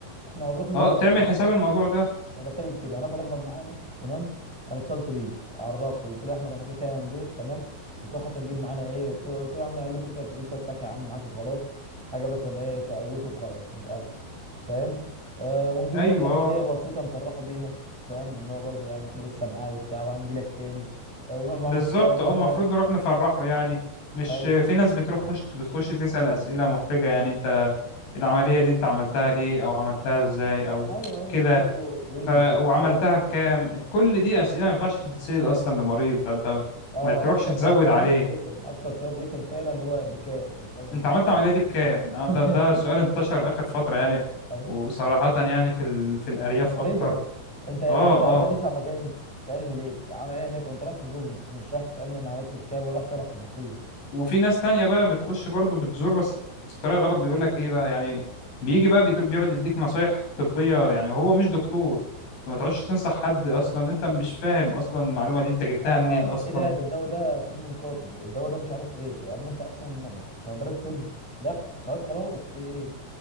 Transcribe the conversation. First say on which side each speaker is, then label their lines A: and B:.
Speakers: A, in the centre; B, on the left (about 85°).
A: احنا هنروح له
B: اه
A: هناخد
B: تعمل حساب الموضوع ده
A: أنا بتكلم في كده هناخد احمد معانا تمام انا اتصلت بيه عرفته قلت له يا احمد احنا كده كده هنروح تمام قلت له حتى نجيب معانا ايه قلت له قلت له يا عم قال لي بكره بتجيب شويه فاكهه يا عم معاك وخلاص حاجه مثلا ايه تقوته وخلاص مش اكتر فاهم آه ونجيب
B: ايوه
A: له مثلا
B: آه.
A: هديه بسيطه نفرحه بيها فاهم ان هو برضه يعني احنا لسه معاه وبتاع وهنجي لك تاني آه ونقعد معاه
B: بالظبط
A: نص ساعه مثلا
B: اه المفروض نروح نفرحه يعني مش
A: ايوه
B: في ناس بتروح خش بتخش تسأل أسئلة محرجة يعني انت العملية دي انت عملتها ليه او عملتها ازاي او
A: ايوه ايوه
B: كده
A: برضه بيقول
B: ف
A: لي
B: وعملتها
A: هتاخد وقت
B: بكام كل دي أسئلة ما ينفعش تتسأل اصلا لمريض فانت
A: اه
B: ما تروحش
A: اكتر
B: تزود
A: سؤال فعلا
B: عليه
A: رخم اكتر سؤال رخم فعلا اللي هو بكام انت انت
B: انت عملت
A: اصلا
B: العملية دي بكام اه
A: <laughs>
B: ده ده سؤال انتشر آخر فترة يعني
A: طيب،
B: وصراحة يعني في ال... في الأرياف
A: محرجه
B: اكتر
A: انت وانت
B: اه
A: انت هتدفع
B: اه
A: مكاني تسالني ليه يا عم انا كنت رايح تزورني مش رايح تسالني انا عملت بكام ولا رايح تعرف تفاصيل
B: وفي ناس تانية بقى بتخش برضو بتزور بس بطريقة غلط بيقول لك ايه بقى يعني بيجي بقى بيد- بيقعد يديك نصايح طبية يعني هو مش دكتور فما تقعدش تنصح حد اصلا انت مش فاهم اصلا المعلومة دي انت جبتها
A: اه
B: منين اصلا
A: ايه ده ده الدواء ده سم قاتل الدواء ده مش عارف ايه يا عم انت اصلا ما انت درست طب لا طيب خلاص في ايه